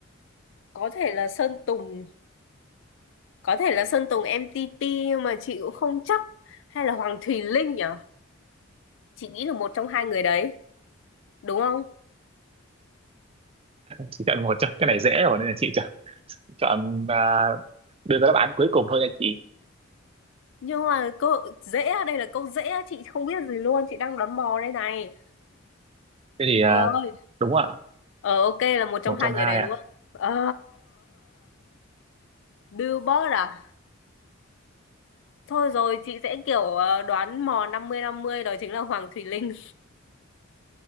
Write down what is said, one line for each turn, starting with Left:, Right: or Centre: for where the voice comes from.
Left: Có thể là Sơn Tùng có thể là Sơn Tùng MTP nhưng mà chị cũng không chắc hay là Hoàng Thùy Linh nhở chị nghĩ là một trong hai người đấy đúng không
Right: chỉ chọn một cho cái này dễ rồi nên là chị chọn chọn à, đưa ra đáp án cuối cùng thôi nha chị
Left: nhưng mà câu dễ á, đây là câu dễ á, chị không biết gì luôn chị đang đoán mò đây này
Right: thế thì à,
Left: Trời ơi,
Right: đúng ạ
Left: ờ ok là một trong
Right: một
Left: hai
Right: trong
Left: người
Right: hai
Left: đấy đúng
Right: ạ
Left: không ờ Billboard à thôi rồi chị sẽ kiểu ờ, đoán mò năm mươi năm mươi đó chính là Hoàng Thùy Linh